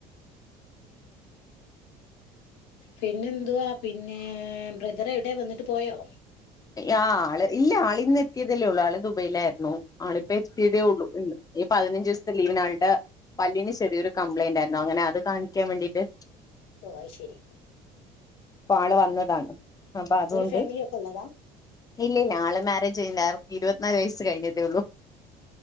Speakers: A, on the left; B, on the left.
A: പിന്നെന്തുവാ പിന്നെ ബ്രദറെവ്ടെ വന്ന്ട്ട് പോയോ
B: ആ ആ ഇല്ല ആളിന്ന് എത്തിയതല്ലേ ഒള്ളു ആള് ദുബൈയിലായ്ര്ന്നു ആളിപ്പോ എത്തിയതേ ഒള്ളു ഇന്ന് ഈ പതിനഞ്ചൂസ്ത്തെ ലീവ്നാള്ടെ പല്ലിന് ചെറ്യൊരു കംപ്ലയ്ന്റായ്ര്ന്നു അങ്ങനെ അത് കാണിക്കാൻ വേണ്ടിട്ട്
A: ഓ അയ്ശെരി
B: പ്പാള് വന്നതാണ് അപ്പൊ അതുകൊണ്ട്
A: ഫാമിലി ഒക്കെ ഉള്ളതാ
B: ഇല്ലില്ല്യാ ആള് മേരേജ് കഴ്ഞ്ല്ല ആൾക്ക് ഇരുവത്ത്നാല് വയസ്സ് കഴ്ഞ്ഞ്ട്ടോള്ളൂ